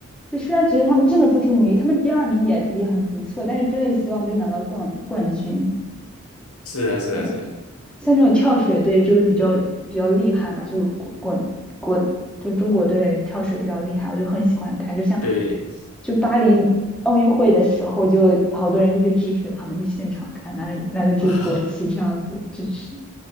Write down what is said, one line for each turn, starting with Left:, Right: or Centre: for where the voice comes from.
Centre: 就虽然觉得他们真的付出努力，他们第二名也也很不错，但是真的希望就拿到冠冠军，
Left: 是啊是啊是啊，
Centre: 对。像这种跳水队就是比较比较厉害嘛，就国国国就是中国队的跳水比较厉害，我就很喜欢看。就像
Left: 对
Centre: 就巴黎奥运会的时候，就好多人就去支持他们，去现场看，拿着拿着就国旗这样子支持。
Left: 啊。